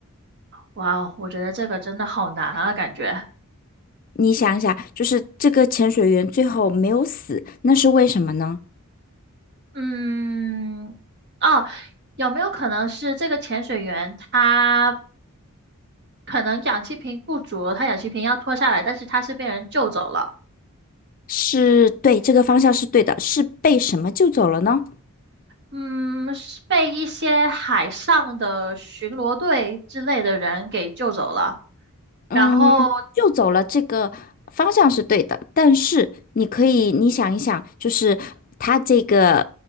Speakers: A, on the right (about 50°); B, on the left (about 40°).
A: 哇哦我觉得这个真的好难啊，感觉。
B: 你想一想，就是这个潜水员最后没有死，那是为什么呢？
A: 嗯，哦，有没有可能是这个潜水员他可能氧气瓶不足，他氧气瓶要脱下来，但是他是被人救走了？
B: 是对，这个方向是对的，是被什么救走了呢？
A: 嗯，是被一些海上的巡逻队之类的人给救走了。
B: 嗯，
A: 然后，
B: 救走了这个方向是对的，但是你可以，你想一想，就是它这个